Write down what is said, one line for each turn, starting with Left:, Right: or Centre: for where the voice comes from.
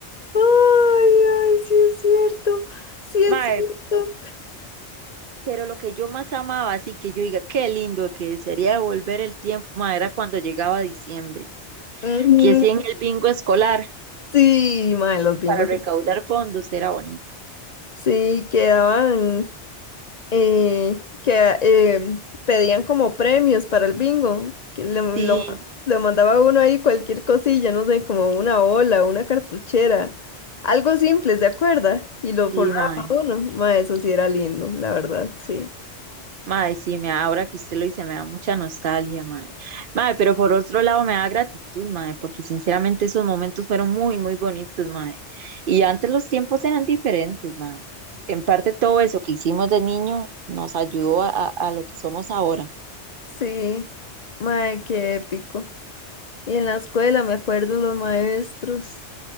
Left: Ay, ay, sí es cierto, sí es
Right: Mae,
Left: cierto.
Right: pero lo que yo más amaba, así que yo diga, qué lindo que sería volver el tiempo, mae, era cuando llegaba diciembre,
Left: Ujú,
Right: que sí en el bingo escolar
Left: Sí, mae, los bingos.
Right: para recaudar fondos era bonito.
Left: Sí, quedaban, eh, que eh, pedían como premios para el bingo, que le,
Right: Sí,
Left: lo, le mandaba uno ahí cualquier cosilla, no sé, como una ola, una cartuchera, algo simple, ¿se acuerda? Y lo
Right: sí,
Left: forraba
Right: mae.
Left: uno, mae, eso sí era lindo, la verdad, sí.
Right: Mae, sí, me da- ahora que usted lo dice, me da mucha nostalgia, mae. Mae, pero por otro lado me da gratitud, mae, porque sinceramente esos momentos fueron muy, muy bonitos, mae. Y antes los tiempos eran diferentes, mae. En parte todo eso que hicimos de niño nos ayudó a, a- a lo que somos ahora.
Left: Sí, mae, qué épico. Y en la escuela me acuerdo los maestros.